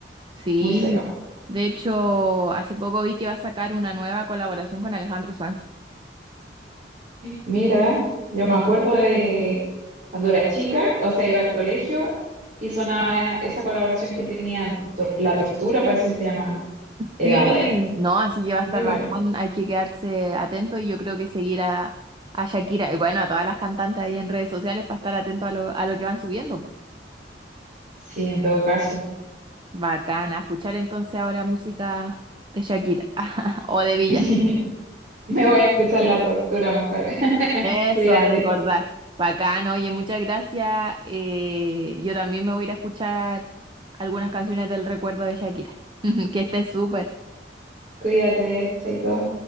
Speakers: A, on the right; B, on the right.
A: Sí,
B: muy seca.
A: de hecho, hace poco vi que va a sacar una nueva colaboración con Alejandro Sanz.
B: Mira, yo me acuerdo de cuando era chica, o sea, iba al colegio y sonaba esa colaboración que tenían, Tor- La Tortura parece que se llama, era
A: Sí,
B: buena,
A: no, así que va a
B: muy
A: estar
B: buena.
A: bacán, hay que quedarse atento y yo creo que seguir a, a Shakira y bueno, a todas las cantantes ahí en redes sociales para estar atento a lo, a lo que van subiendo, po.
B: Sí, en todo caso,
A: Bacán, a escuchar entonces ahora música de Shakira <laughs> o de Villa.
B: <laughs> me voy a escuchar La Tortura mejor. <laughs>
A: Eso,
B: Cuídate,
A: a recordar. Bacán, oye, muchas gracias. Eh, yo también me voy a ir a escuchar algunas canciones del recuerdo de Shakira. <laughs> Que esté súper.
B: cuídate, chaito.